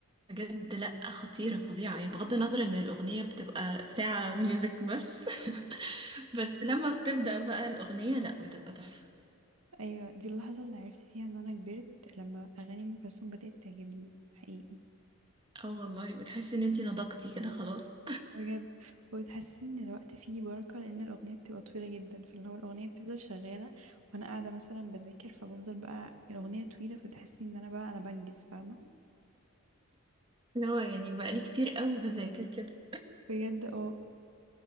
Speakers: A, on the right; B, on the right.
A: بجد لا خطيره فظيعه يعني بغض النظر ان الاغنيه بتبقى ساعه ميوزك بس <laughs> بس لما بتبدا بقى الاغنيه لا بتبقى تحفه
B: ايوه دي اللحظة اللي عرفت فيها ان انا كبرت لما اغاني ام كلثوم بدأت تعجبني حقيقي
A: اه والله بتحسي ان انتي نضجتي كده خلاص
B: بجد وبتحسسني ان الوقت فيه بركة لان الاغنية بتبقى طويلة جدا فاللي هو الاغنية بتفضل شغالة وانا قاعدة مثلا بذاكر فبفضل بقى الاغنية طويلة فبتحسسني ان انا بقى انا بنجز فاهمة
A: اللي هو يعني بقالي كتير قوي بذاكر كده
B: بجد اه